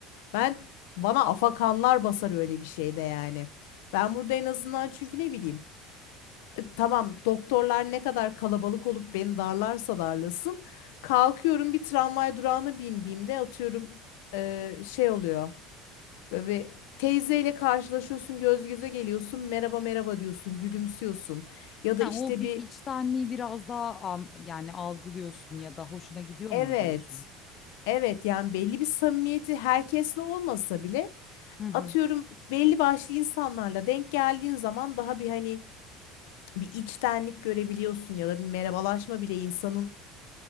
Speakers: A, on the left; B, on the left.
A: Ben bana afakanlar basar öyle bir şeyde yani. Ben burada en azından çünkü ne bileyim e, Tamam doktorlar ne kadar kalabalık olup beni darlarsa darlasın. Kalkıyorum bir tramvay durağına bindiğimde atıyorum e, şey oluyor. Böyle bir teyzeyle karşılaşıyorsun göz göze geliyorsun merhaba merhaba diyorsun gülümsüyorsun. Ya da
B: ha,
A: işte
B: o bir
A: bir
B: içtenliği biraz daha an- yani algılıyorsun ya da hoşuna gidiyor
A: evet
B: mu diyorsun?
A: evet yani belli bir samimiyeti herkesle olmasa bile
B: Hı hı.
A: atıyorum belli başlı insanlarla denk geldiğin zaman daha bir hani bir içtenlik görebiliyorsun ya da bir merhabalaşma bile insanın